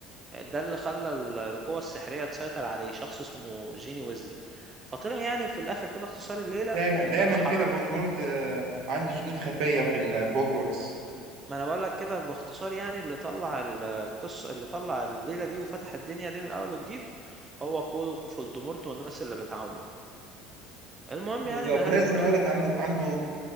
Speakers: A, on the right; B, on the right.
A: ده اللي خلى ال- القوة السحرية تسيطر عليه شخص اسمه جيني ويزلي فطلع يعني في الآخر كده اختصار الليلة
B: دايما دايما
A: إن اللي
B: كده
A: حرر
B: فولدمورت آه، عنده جنود خفية في ال- في هوجورتس
A: ما أنا بقول لك كده باختصار يعني اللي طلع ال- القصة اللي طلع الليلة دي وفتح الدنيا دي من أول وجديد هو كولو فولدمورت والناس اللي بتعاونه المهم
B: بالظبط
A: يعني إن هاري
B: تحس
A: بوتر
B: إن هو لك عنده عنده